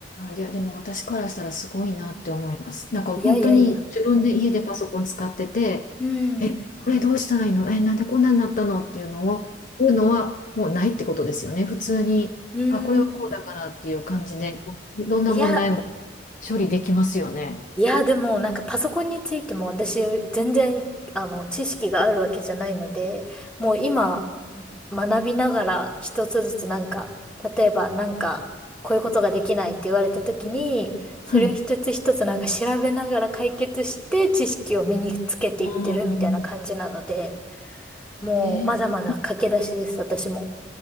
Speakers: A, on the left; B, in the centre.
A: あ、いや、でも私からしたらすごいなって思います。
B: うん
A: なんか本当に自分で家でパソコン使ってて、
B: いやいやいや。うん。うん。
A: え、これどうしたらいいのえ、なんでこんなになったのっていうのを、いうのはもうないってことですよね。普通に、
B: うん。
A: あ、これはこうだからっていう感じで、どんな問題も
B: いや、
A: 処理できますよね。
B: いや、でもなんかパソコンについても私全然あの知識があるわけじゃないので、もう今学びながら一つずつなんか、例えばなんかこういうことができないって言われた時に、それを一つ一つなんか調べながら解決して知識を身につけていってるみたいな感じなので、
A: はい。ああ、
B: もうまだまだ駆け出しです、
A: えー
B: 私も。